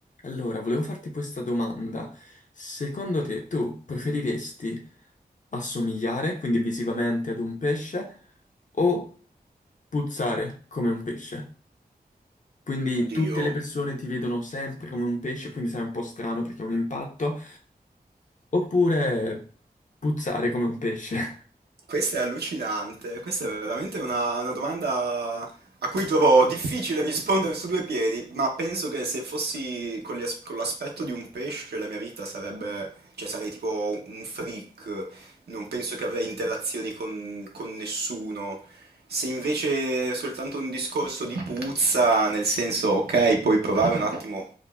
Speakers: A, on the left; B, on the right.
A: Allora, volevo farti questa domanda. Secondo te, tu preferiresti assomigliare, quindi visivamente, ad un pesce o puzzare come un pesce? Quindi
B: Mm. Oddio,
A: tutte le persone ti vedono sempre come un pesce, quindi sei un po' strano perché è un impatto, oppure puzzare come un pesce? <laughs>
B: questa è allucinante, questa è veramente una, una domanda a cui trovo difficile rispondere su due piedi, ma penso che se fossi con, gli as- con l'aspetto di un pesce la mia vita sarebbe, cioè sarei tipo un freak, non penso che avrei interazioni con, con nessuno. Se invece è soltanto un discorso di puzza, nel senso, ok, puoi provare un attimo